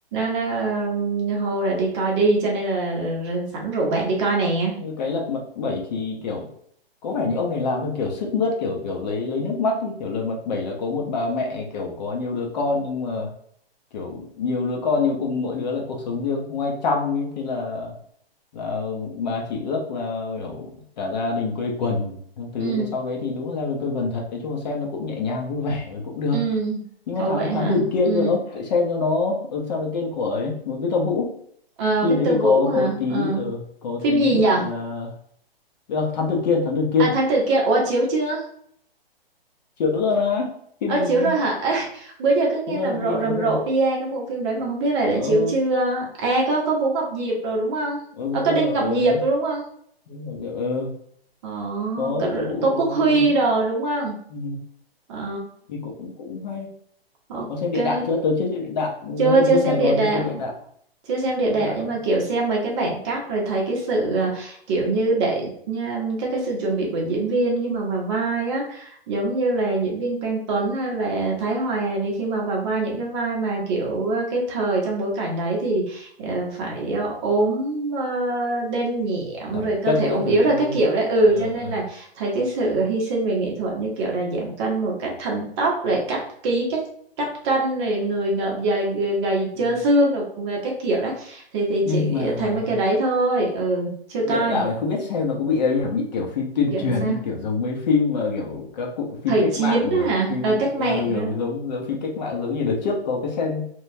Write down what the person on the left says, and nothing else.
như cái lật mặt bảy thì kiểu có vẻ như ông này làm theo kiểu sướt mướt kiểu kiểu lấy lấy nước mắt ý. kiểu lật mặt bảy là có một bà mẹ kiểu có nhiều đứa con nhưng mà kiểu nhiều đứa con nhiều cùng mỗi đứa lại cuộc sống riêng không ai chăm ấy thế là là bà chỉ ước là kiểu cả gia đình quây quần các thứ
rồi sau đấy thì đúng là gia đình quây quần thật nói chung là xem nó cũng nhẹ nhàng vui vẻ ừ, cũng được
nhưng mà
thám
thám tử kiên
được không Để xem cho nó ừ, sao nó kiên của ấy một Victor Vũ
phim
đấy thì
có
có tí
ờ, có
tí
gọi
là được thám tử kiên thám tử kiên
chiếu rồi mà phim
này
mình-
chiếu rồi
thám
tử kiên
chiếu rồi
ờ
ờ
cũng
có
dẹp
ờ
đấy
Cũng có dẹp, ờ
có
Victor Vũ
có
cái
ừ,
thì cũng cũng hay
có xem địa đạo chưa tới chưa xem địa đạo dân
dân
dân
Sài Gòn
đi chơi địa đạo
địa đạo
giảm
cân
các thứ
đúng không?
Ờ,
ờ.
ừ.
nhưng
mà
địa đạo này không biết xem nó có bị ấy nhỉ bị kiểu phim tuyên
truyền
đi kiểu giống mấy phim mà kiểu các cụ phim
cách
mạng
kiểu
phim
ừ, kiểu
giống giống phim cách mạng giống như đợt trước có cái xem